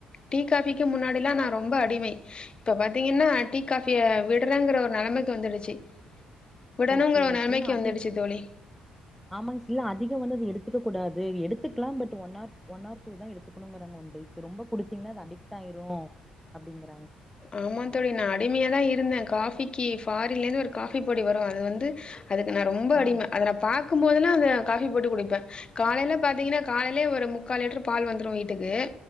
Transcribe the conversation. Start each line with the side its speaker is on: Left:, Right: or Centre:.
Left: டீ காபி முன்னாடில்லாம் நான் ரொம்ப அடிமை இப்ப பாத்தீங்கன்னா டீ காபிய விடுறேங்கிற ஒரு நிலைமைக்கு வந்துடுச்சு விடணுங்கிற
Centre: ஓகே
Left: ஒரு
Centre: ஓகே
Left: நெலைமைக்கு
Centre: இல்ல அதிகமா
Left: வந்துடுச்சு தோழி
Centre: ஆமா அதிகம் வந்துது எடுத்துக்க கூடாது எடு எடுத்துக்கலாம் ஒன்னார் ஒன்னார் எடுக்குங்க ரொம்படிச்சீங்கன்னா அது அடிக்ட் ஆயிரும் அப்டிங்க
Left: ஆமா தோழி நான் அடிமையா தான் இருந்தேன் காபி காபிக்கு ஃபாரின்ல இருந்து ஒரு காஃபி பொடி வரும் அது வந்து அதுக்கு நான் ரொம்ப
Centre: ஆ
Left: அடிமை அதை நான் பா பக்கும்போதுல்லாம் அத காபி போட்டு குடிப்பேன் காலைல பாத்தீங்கன்னா காலையயே ஒரு மு முக்கால் லிட்டுரு பால் வந்துடும் வீட்டுக்கு